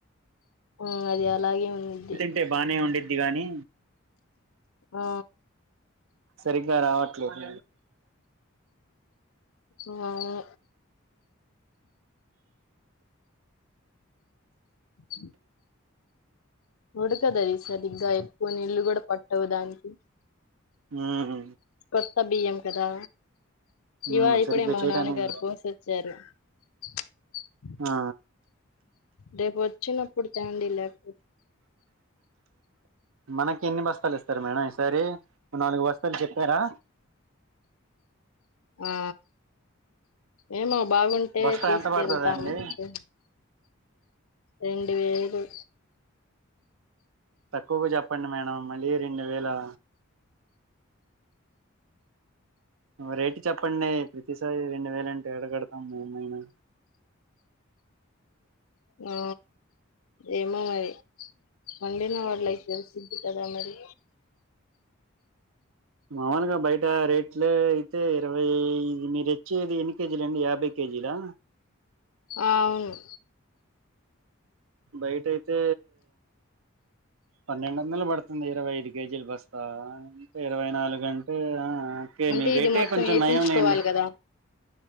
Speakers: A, on the left; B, on the right.
A: ఉమ్ అది అలాగే ఉండిద్ది.
B: టే బాగనే ఉండిద్ది గాని
A: ఆ
B: సరిగ్గా రావట్లేదు.
A: సువావ్వె అ ఉడకదది సరిగ్గా ఎక్కువ నీళ్ళు గుడా పట్టవు దానికి
B: ఊహు
A: కొత్త బియ్యం కదా?
B: మ్మ్
A: ఇవా ఇప్పుడే
B: సరిగ్గా
A: మా
B: చేయడానికి
A: నాన్నగారు పోసిచ్చారు. త్లె
B: ఆ
A: రేపు ఒచ్చినప్పుడు తెండి లేకపో
B: మనకి ఎన్ని బస్తాలు ఇస్తారు మేడం ఈసారి? ఒ నాలుగు బస్తాలు చెప్పారా?
A: ఆ ఏమో! బాగుంటే
B: బస్తా
A: తీసుకెళ్తాము.
B: ఎంత పడతదండి
A: తె రెండు వేలు
B: తక్కువుగ జెప్పండి మేడం మళ్ళీ రెండు వేలా? ఒ రేటు చెప్పండీ. ప్రతిసారి రెండు వేలంటే ఎల గడతాం మేమయినా?
A: ఊ ఏమో! మరి పండిన వడ్లైతే, ఏసిద్ధి కదా మరీ.
B: మాములుగ బయట రేట్లో అయితే ఇరవై ఎనిమిది చ్చేది ఎన్ని కేజీలండి? యాభై కేజీలా?
A: ఆ, అవును,
B: బయట అయితే, పన్నెండు వందలు బడుతుంది ఇరవై ఐదు కేజీలు బస్తా. అంటే, ఇరవై నాలుగంటే అ ఆ కేమి
A: అంటే
B: రేటే
A: ఇది మొత్తం
B: కొంచెం
A: ఏపించుకోవాలి
B: నయం లెండి.
A: కదా